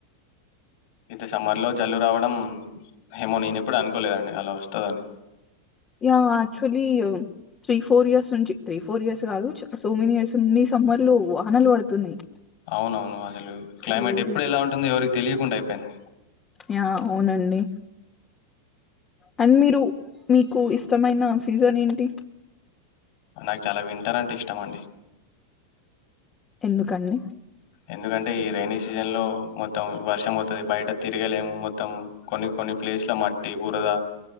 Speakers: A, on the left; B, on the left.
A: ఇంత సమ్మర్ లో జల్లు రావడం ఎమో నేనెప్పుడు అనుకోలేదండి అలా వస్తదని
B: yeah actually three four years నుంచి త్రీ ఫోర్ ఇయర్స్ కాదు సో మెనీ ఇయర్స్ నుండి సమ్మర్ లో వానలు పడుతున్నాయి
A: అవునవును అసలు క్లైమేట్
B: క్రేజీ
A: ఎప్పుడు ఎలా ఉంటుందొ ఎవరికి తెలియకుండా అయిపోయింది
B: యా అవునండి అండ్ మీరు మీకు ఇష్టమైన సీజన్ ఏంటి
A: నాకు చాలా వింటరంటే ఇష్టం అండి
B: ఎందుకండి
A: ఎందుకంటే ఈ రెైనీ సీజన్ లో మొత్తం వర్షం మొత్ తుది బయట తిరగలేము మొత్తం కొన్ని కొన్ని ప్లేస్ల్ ల మట్టి బురద